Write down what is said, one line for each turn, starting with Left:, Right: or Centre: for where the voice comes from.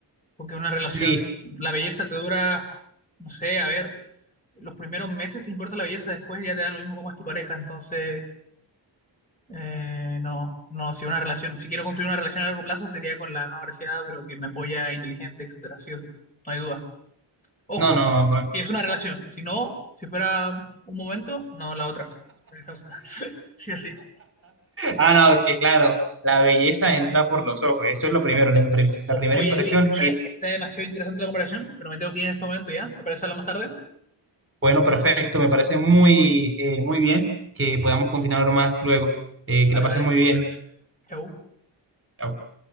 Left: Porque una relación,
Right: Sí,
Left: la belleza te dura, no sé, a ver, los primeros meses te importa la belleza, después ya te da lo mismo cómo es tu pareja. Entonces, eh, no, no, si una relación, si quiero construir una relación a largo plazo sería con la no graciada, pero que me apoya, inteligente, etcétera, sí o sí. No hay duda. Ojo,
Right: no, no,
Left: que es una relación. Si no, si fuera un momento, no la otra. Esta una. <laughs> Sí, así.
Right: Ah, no, que claro, la belleza entra por los ojos, eso es lo primero, la, impre-
Left: O-
Right: la
Left: o-
Right: primera
Left: Oye,
Right: impresión.
Left: Luis, está,
Right: Y
Left: está demasiado interesante la conversación, pero me tengo que ir en este momento ya. ¿Te parece hablar más tarde?
Right: bueno, perfecto, me parece muy, eh, muy bien que podamos continuar más luego, Eh, que
Left: Vale,
Right: la pases
Left: vale.
Right: muy bien.
Left: Chau.
Right: Chao.